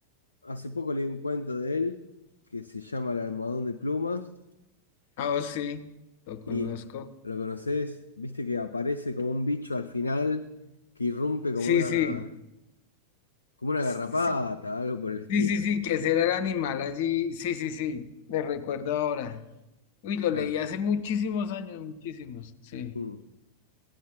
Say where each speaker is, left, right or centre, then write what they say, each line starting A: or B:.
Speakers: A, on the left; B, on the left.
A: hace poco leí un cuento de él que se llama El almohadón de plumas
B: Ah, oh, sí, lo conozco.
A: y lo conoces, viste que aparece como un bicho al final que irrumpe
B: Sí,
A: como una,
B: sí.
A: como una
B: Sí,
A: garrapata, algo por el estilo.
B: Sí, sí, sí, que ese era el animal allí. Sí, sí, sí, le recuerdo ahora. Uy, lo
A: Claro.
B: leí hace muchísimos años, muchísimos. Sí,
A: Mm.